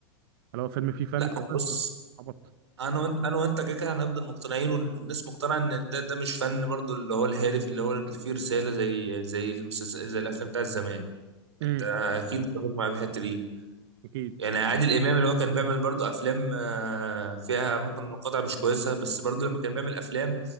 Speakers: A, on the right; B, on the right.
A: هل هو فيلم فيه فن
B: لا
A: فعلا
B: هو بص
A: عبط
B: انا وانت انا وانت كده كده هنفضل مقتنعين والناس مقتنعه ان ده ده مش فن برضو اللي هو الهادف اللي هو فيه رساله زي زي المسلسل زي الافلام بتاعت زمان
A: امم
B: انت اكيد بتتفق مع الحته دي
A: اكيد
B: يعني عادل امام اللي هو كان بيعمل برضو افلام آه، فيها ممكن مقاطع مش كويسه بس برضو لما كان بيعمل افلام